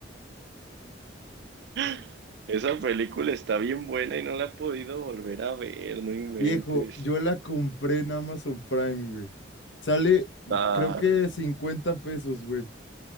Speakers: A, on the right; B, on the left.
A: <laughs> Esa película está bien buena y no la he podido volver a ver, no inventes.
B: Viejo, yo la compré en Amazon Prime, güey. Sale,
A: Está,
B: creo que 50 pesos, güey.